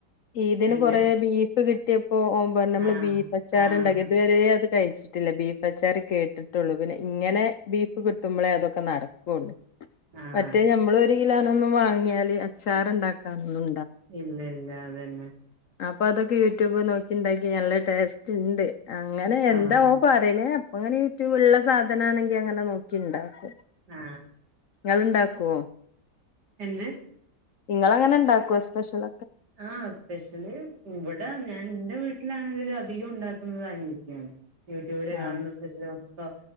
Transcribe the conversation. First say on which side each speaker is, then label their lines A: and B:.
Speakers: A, on the left (about 60°); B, on the right (about 70°).
A: ഈദിന്
B: എന്ത്
A: കൊറെ ബീഫ് കി കിട്ടിയപ്പോ ഓന് പറഞ്ഞ്, നമ്മള്
B: ആഹ്
A: ബീഫ് അച്ചാറുണ്ടാക്കി
B: ആഹ്
A: ഇതുവരെ അത് കഴി വേച്ചിട്ടില്ല ബീഫ് അച്ചാർ കേട്ടിട്ടുള്ളൂ. പിന്നെ ഇങ്ങനെ ബീഫ് കിട്ടുമ്പോളേ അതൊക്കെ നടക്കുള്ളൂ.
B: ആഹ്
A: മറ്റേ
B: അതെ
A: ഞമ്മൾ ഒരു കിലോനൊന്നും വാങ്ങിയാല് അച്ചാർ ഉണ്ടാക്കാനൊള്ളൂ.
B: ഇല്ല ഇല്ല അതന്നെ.
A: അപ്പൊ അതൊക്കെ യൂട്യൂബ് നോക്കിണ്ടാക്കി നല്ല ടേസ്റ്റ് ഇണ്ട്. അങ്ങനെ എന്താ
B: ആഹ്
A: ഓൻ പറയണേ അപ്പ അങ്ങനെ യൂട്യൂബൂ ഉള്ളാ സാധനണങ്കി അങ്ങനെ നോക്കി ഇൻണ്ടാക്കും.
B: ആ
A: <unintelligible> ണ്ടാക്കോ?
B: എന്ത്?
A: നിങ്ങൾ അങ്ങനെ ഉണ്ടാക്കോ സ്പെഷ്യൽ?
B: ആ സ്പെഷ്യല് ഇവിടെ ഞാൻ എന്റെ വീട്ടിലാ <unintelligible> അധികം ഉണ്ടാക്കുന്നത് അനിയത്തിയാണ്, യൂട്യൂബില്
A: ആഹ്
B: കാണുന്ന സ്പെഷ്യലി മൊത്തം.